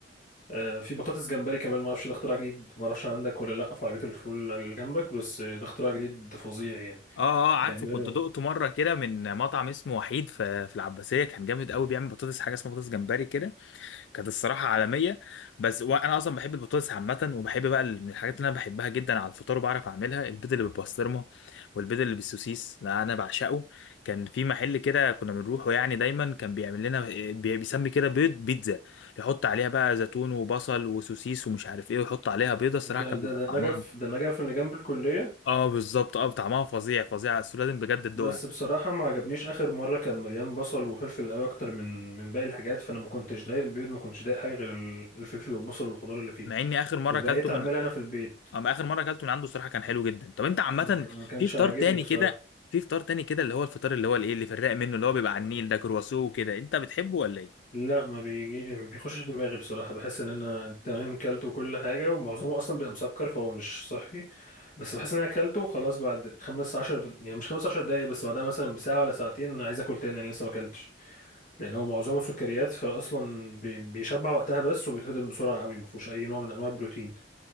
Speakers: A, on the left; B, on the left.
A: آه، في بطاطس جمبري كمان ما اعرفش ده اختراع جديد ما اعرفش عندك ولا لا في عربيه الفول اللي جنبك بس ده اختراع جديد فظيع يعني
B: اه اه عارفه
A: بيعملوا
B: كنت دقته مرة كده من مطعم اسمه وحيد ف- في العباسية كان جامد قوي بيعمل بطاطس حاجة اسمها بطاطس جمبري كده كانت الصراحة عالمية بس وانا اصلا بحب البطاطس عامة وبحب بقى ال- من الحاجات اللي انا بحبها جدا على الفطار وبعرف اعملها البيض اللي بالبسطرمة والبيض اللي بالسوسيس لا انا بعشقه كان في محل كده كنا بنروحه يعني دايما كان بيعمل لنا بي- بيسمي كده بيض بيتزا يحط عليها بقى زيتون وبصل وسوسيس ومش عارف ايه ويحط عليها بيضة الصراحة
A: ده
B: كان بيبقى
A: ده ده
B: طعمها
A: نجف ده نجف اللي جنب الكليه
B: اه بالظبط اه طعمها فظيع فظيع بس لازم بجد تدوقها
A: بس بصراحه ما عجبنيش اخر مره كان مليان بصل وفلفل قوي اكتر من من باقي الحاجات فانا ما كنتش ضايق البيض ما كنتش ضايق حاجه غير ال- الفلفل والبصل والخضار اللي فيها
B: مع اني اخر مره
A: فبقيت
B: اكلته
A: اعملها
B: من
A: انا في البيت
B: اه ما اخر مره اكلته من عنده الصراحه كان حلو جدا طب انت عامه
A: ما كان- ما كانش
B: في فطار
A: عاجبني
B: تاني
A: بصراحه
B: كده في فطار تاني كده اللي هو الفطار اللي هو الايه اللي في الرايق منه اللي هو بيبقى على النيل ده كرواسون وكده انت بتحبه ولا ايه
A: لا ما بيجي ما بيخشش دماغي بصراحة بحس ان انا تمام كلته كل حاجة ومعظمه اصلا بيبقى مسكر فهو مش صحي بس بحس ان انا كلته وخلاص بعد خمس عشر د- يعني مش خمس عشر دقايق بس بعدها مثلا بساعة ولا ساعتين انا عايز اكل تاني انا لسه ما اكلتش لان هو معظمه سكريات فاصلا بي- بيشبع وقتها بس وبيتهضم بسرعة قوي ما فيهوش اي نوع من انواع البروتين